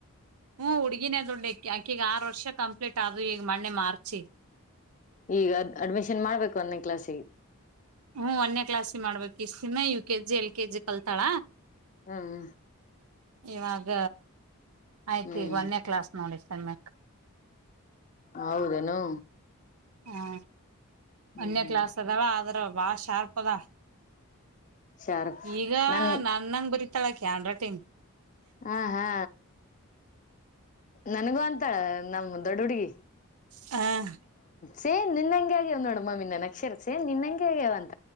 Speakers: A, on the right; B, on the left.
A: ಹ್ಮ್ ಉುಗಿನ ಅದು ಾಕ ಈಗ ಆರು ವರ್ಷ ಕಂಪ್ಲೀಟ್ ಆದದು ಈಗ ಮಣ್ಣೆ ಮಾರ್. ಚ <inaudible>
B: ಈಗ್ ಅಡ್ಮಿಷನ್ ಮಾಡ್ಬೇಕು ಒಂದನೇ ಕ್ಲಾಸ್ಿಗೆ.
A: ಹ್ಮ್ ಒನ್ಯ ಕ್ಲಾಸಿ ಮಾಡ್ಬೇಕಕ್ ಇಷ್ಟತಿನ U K G L K G ಕಲ್ತಾಳ.
B: ಹ್ಮ್
A: ಇವಾಗ ಆಯ್ತು
B: ಹ್ಮ್
A: ಈಗ ಒಂದೇ ಕ್ಲಾಸ್ ನೋಡ. ಸಮಕ್.
B: ಹೌದೇನು.
A: ಹಾ.
B: ಹ್ಮ್
A: ಅನ್ಯ
B: ಹ್ಮ್
A: ಕ್ಲಾಸ್ ಅದಾವ ಆದ್ರ. ವಾ ಶಾರ್ಪದ.
B: ಶಾರ್ಪ್
A: ಈಗ
B: ನನ್
A: ನನ್ನಂಗ ಬರೀತ ಳ ಹ್ಯಾಂಡ್ರೈಟಿ್.
B: ಹಾ ಹಾ ನನಗೂ ಅಂತ. ನಮ ದೊಡ್ಡ ಹುಡುಗಿ.
A: ಹ.
B: ಸೇನ್ ನಿನ್ಂಗ ಆಗ್ಯವ್ ನೋಡಮ್ಮ ನಿನ್ನ ನಕ್ಷರ ಸೇನ್ ನಿನ್ಂ ಆಗ್ಯವ ಅಂತ.